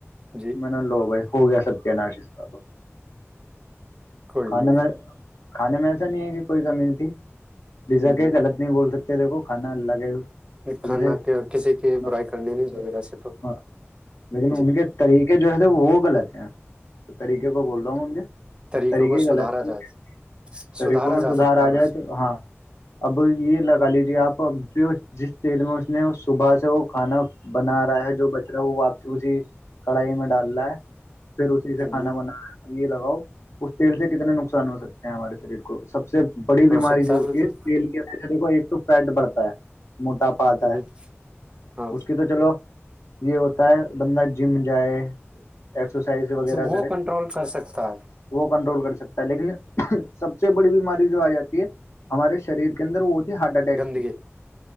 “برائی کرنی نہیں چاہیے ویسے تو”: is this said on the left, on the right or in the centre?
Right